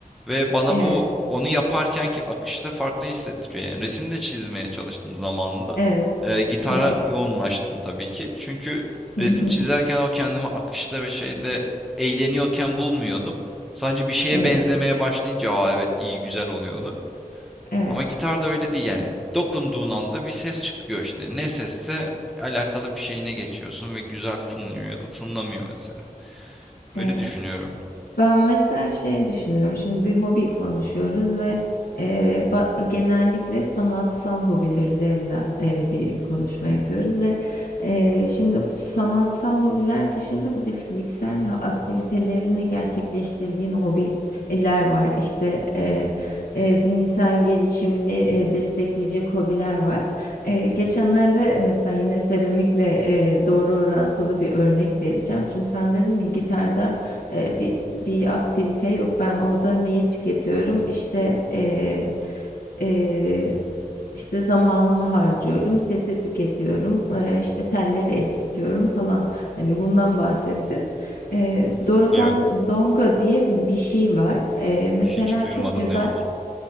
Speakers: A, in the centre; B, on the left.
A: ve bana
B: Evet.
A: bu onu yaparkenki akışta farklı hissettiriyor. Yani resim de çizmeye çalıştım zamanında.
B: Evet.
A: Eee, gitara
B: Evet.
A: yoğunlaştım tabii ki. Çünkü resim
B: Hı hı.
A: çizerken o kendimi akışta ve şeyde eğleniyorken bulmuyordum. Sadece bir şeye
B: Evet.
A: benzemeye başlayınca, "Aa evet iyi, güzel" oluyordu.
B: Evet,
A: Ama gitarda öyle değil yani. Dokunduğun anda bir ses çıkıyor işte. Ne sesse alakalı bir şeyine geçiyorsun ve güzel tınlıyor ya da tınlamıyor mesela.
B: evet.
A: Öyle düşünüyorum.
B: Ben mesela şey düşünüyorum. Şimdi bir hobi konuşuyoruz ve e, ba- genellikle sanatsal hobiler üzerinden e, bir konuşma yapıyoruz ve e, şimdi bu sanatsal hobiler dışında bir de fiziksel ha- aktivitelerini gerçekleştirdiğin hobiler var. İşte e, e, zihinsel gelişimini e, destekleyecek hobiler var. E, geçenlerde mesela yine seramikle e, doğru orantılı bir örnek vereceğim. Şimdi sen dedin ya gitarda e, bir bir aktivite yok. Ben orada neyi tüketiyorum? İşte e, e, işte zamanımı harcıyorum, sesi tüketiyorum, e, işte telleri eskitiyorum falan. Hani bundan bahsettin. E,
A: Hı hı.
B: Dorodan
A: Evet.
B: Donga diye bir, bir şey var. E, mesela
A: Hiç duymadım
B: çok güzel
A: ne olduğunu.